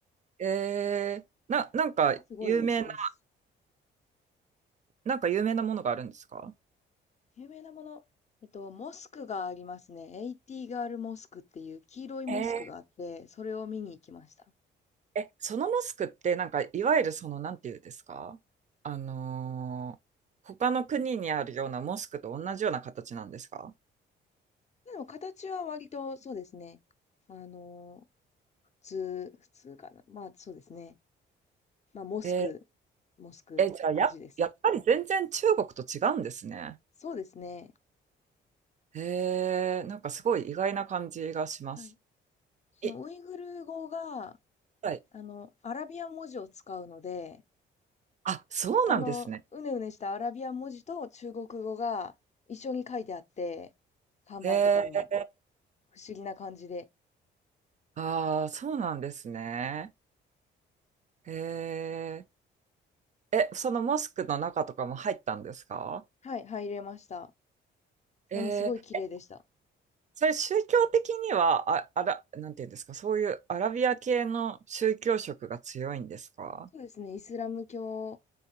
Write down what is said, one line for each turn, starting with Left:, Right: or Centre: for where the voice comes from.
Right: えー、な、
Left: 本当にすごい西です。
Right: なんか有名な、なんか有名なものがあるんですか
Left: 有名なもの、えっと、モスクがありますね。エイティガールモスクっていう黄色いモスクがあって、
Right: え
Left: それを見に行きました。
Right: ー、え、そのモスクってなんかいわゆるその、なんていうんですかあのー他の国にあるようなモスクと同じような形なんですか
Left: でも形は割とそうですね。あの、普通、普通かな。まあそうですね。まあモスク、
Right: え
Left: モスクって感じです。
Right: ー、え、じゃあや、やっぱり全然中国と違うんですね。
Left: そうですね。
Right: えー、なんかすごい意外な感じがします。
Left: はい。そのウイグル語が、
Right: い、はい。
Left: あの、アラビア文字を使うので、
Right: あ、そうなんですね。
Left: あの、うねうねしたアラビア文字と中国語が一緒に書いてあって、看板とかにも
Right: え
Left: 不思議な感じで、
Right: ー、ああ、そうなんですね。えーえ、そのモスクの中とかも入ったんですか
Left: はい、入れました。
Right: えー
Left: いや、もうすごい綺麗でした。
Right: それ宗教的には、あ、あら、なんていうんですか、そういうアラビア系の宗教色が強いんですか
Left: そうですね、イスラム教